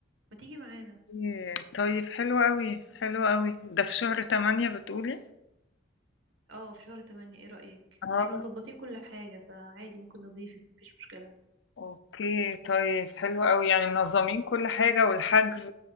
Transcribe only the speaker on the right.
ما تيجي معانا
اه في شهر 8 ايه رايك
احنا مظبطين كل حاجه فعادي ممكن نضيفك مفيش مشكله